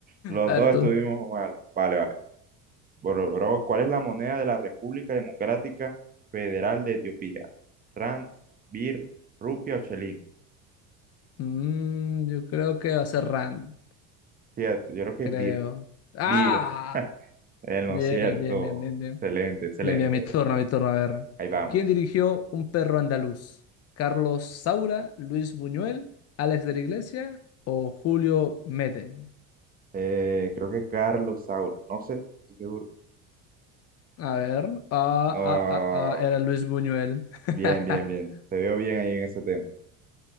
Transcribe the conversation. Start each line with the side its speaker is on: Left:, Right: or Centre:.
Right: los
Left: A
Right: dos
Left: ver tú.
Right: estuvimos mal. Vale, vale. Bro, bro, ¿cuál es la moneda de la República Democrática Federal de Etiopía? Rand, Bir, Rupia o Chelín.
Left: Mm, yo creo que va a ser Rand.
Right: Fíjate, yo creo que
Left: creo.
Right: es Bir.
Left: ¡Ah!
Right: Bir, en
Left: Bien,
Right: lo cierto.
Left: bien, bien, bien, bien.
Right: Excelente, excelente.
Left: Bien, bien, mi turno, mi turno. A ver.
Right: Ahí vamos.
Left: ¿Quién dirigió Un perro andaluz? ¿Carlos Saura, Luis Buñuel, Alex de la Iglesia o Julio Medem?
Right: Eh, creo que Carlos Saura, no sé, estoy seguro.
Left: A ver. Ah,
Right: Ah,
Left: ah, ah, ah, era Luis Buñuel. <laughs>
Right: bien, bien, bien. Te veo bien ahí en ese tema.